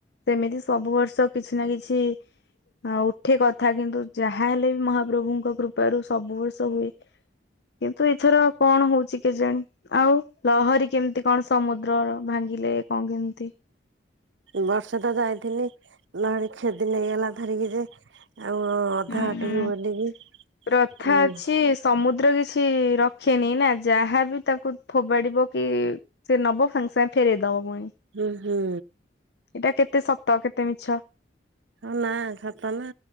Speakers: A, on the left; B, on the right.
A: ସେମିତି ସବୁ ବର୍ଷ କିଛି ନା କିଛି ହଁ ଉଠେ କଥା କିନ୍ତୁ ଯାହାହେଲେ ବି ମହାପ୍ରଭୁଙ୍କ କୃପାରୁ ସବୁ ବର୍ଷ ହୁଏ। କିନ୍ତୁ ଏଥର କଣ ହଉଛି କେଜାଣି ଆଉ ଲହରୀ କେମିତି କଣ ସମୁଦ୍ରର ଭାଙ୍ଗିଲେ କଣ କେମିତି?
B: ବର୍ଷେ ତ ଯାଇିଥିଲି ନହଡି କ୍ଷେଦି ନେଇଗଲା ଧରିକି ଯେ ଆଉ ଅଧା
A: ହୁଁ
B: ହାଟୁରୁ
A: ହୁଁ।
B: ଗଲିଯେ
A: ପ୍ରଥା
B: ଉଁ
A: ଅଛି ସମୁଦ୍ର କିଛି ରଖେନି ନା ଯାହାବି ତା କୁ ଫୋବାଡି ପକେଇ ସେ ନବ ସାଙ୍ଗେ ସାଙ୍ଗେ ଫେରେଇଦବ ପୁଣି
B: ଉଁ ହୁଁ।
A: ଏଟା କେତେ ସତ କେତେ ମିଛ।
B: ହଁ ନା ସତ ନା